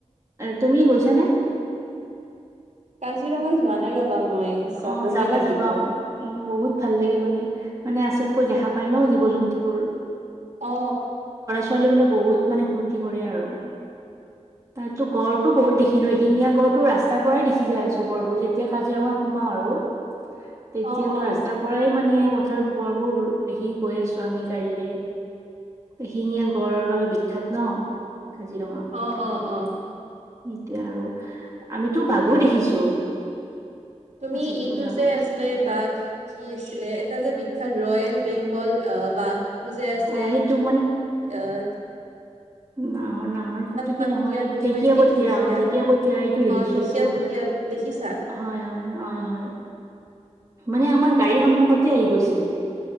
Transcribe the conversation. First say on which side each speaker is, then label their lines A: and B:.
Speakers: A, on the right; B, on the right.
A: তুমি গৈছানে।
B: কাজিৰঙা যোৱা নাই ৰবা। মই যাবহে
A: অ যাবা-যাবা
B: লাগিব। অ
A: উ বহুত ভাল লাগে মানে মানে আচলকৈ দেখা পায় ন জীৱ জন্তুবোৰ।
B: অ
A: বত ম ফ কৰে আৰু ত গ তো বহুত
B: হয়
A: দেখিলো শিঙীয়া গড়তো ৰাস্তাৰ পৰাই দেখি যাই আছো গড়বোৰ যেতিয়া কাজিৰঙা সোমাও আৰু। তেতিয়াতো
B: অ অ
A: ৰাস্তাৰ পৰাই মানে কথাৰ গড়বোৰ দেখি গৈ আছো আমি গাড়ীৰে এ শিঙীয়া গড়ৰ বাবে বিখ্যাত ন কাজিৰঙা।
B: অ অ অ
A: সেইটোৱে আৰু আমিতো বাঘুৰ দেখিছো
B: তুমি
A: আচল
B: এইটো
A: সঁচাকৈ
B: যে আছিলে বাঘ কি আছিলে এটা যে খান ৰয়েল বেংগল আহ বাঘটো যে আছে
A: অ সেইটোক
B: অহ,
A: নাহৰ-নাহৰ ফুটোকি
B: পাতিয়া
A: নহয়
B: বুলি
A: ঢেকিয়াপটীয়া
B: কয় নেকি ঢেঁকীয়া
A: অ' ঢেকীয়াপটীয়া এইটো দেখিছো
B: অ ঢেঁকীয়া
A: এইটো,
B: পতিয়া দেখিছা
A: হয় হয় হয় হয় মানে আমাৰ গাড়ীৰ সন্মুখতে আহি গৈছিলে